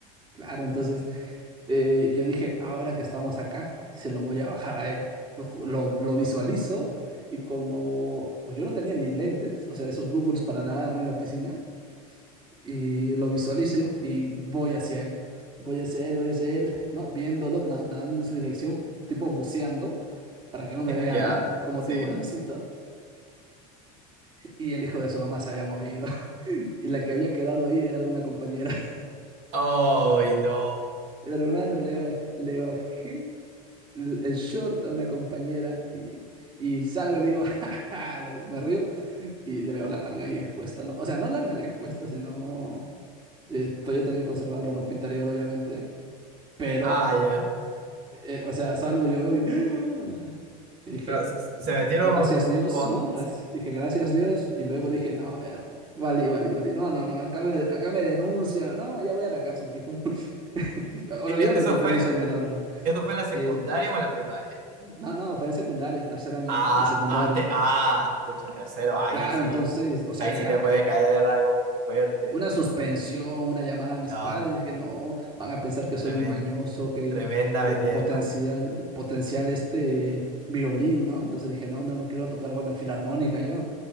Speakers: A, on the right; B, on the right.
A: Claro, entonces eh, yo dije, ahora que estamos acá, se lo voy a bajar a él. Lo, ju- lo- lo visualizo y como, pues yo no tenía ni lentes, o sea, esos Googles para nadar, ¿no? En la piscina, y lo visualizo y voy hacia él, voy hacia él, voy hacia él, ¿no? Viéndolo, na- nadando en su dirección, tipo buceando, para que no me vea,
B: Ya,
A: ¿no? Como
B: sí.
A: tiburoncito. Y el hijo de su mamá se había movido. <laughs> Y la que había quedado ahí era una compañera. <laughs>
B: ¡Ay, no!
A: Hermano, le baj- le bajé. el el short a una compañera y, y salgo, le digo, <laughs> "Ja, ja", le- me río y le veo la nalga ahí expuesta, ¿no? O sea, no la nalga expuesta, sino eh, todavía tenía conservada la ropa interior, obviamente, pero,
B: Ah, ya.
A: eh, o sea, salgo, yo veo y, <gasps> y dije,
B: Pero s- s- se metieron
A: gracias Dios,
B: con...
A: ¿no? Gracias, dije, gracias Dios, y luego dije, no, a ver, vale, vale, vale, no, no, no, acá me, acá me denuncia, no, allá voy a la cárcel, fijo, <laughs> olvidando
B: e- e- ¿Eso
A: que yo
B: fue,
A: también soy menor.
B: eso fue en la secundaria
A: Eh,
B: o en la primaria?
A: no, no, fue en secundaria, tercer año
B: Ah,
A: de secundaria.
B: ah, te, ah, escucha, tercero, ahí
A: Claro,
B: sí,
A: entonces, o sea,
B: ahí
A: ya
B: sí te
A: ah,
B: puede caer
A: ah,
B: algo bien fuerte.
A: una suspensión, una llamada a mis
B: No,
A: padres, dije, no, van a pensar que soy
B: tremen-
A: un mañoso, que,
B: tremenda
A: que
B: metida
A: potencial,
B: de pata.
A: potencial este violín, ¿no? Entonces dije, no, no, no quiero tocar con la filarmónica yo.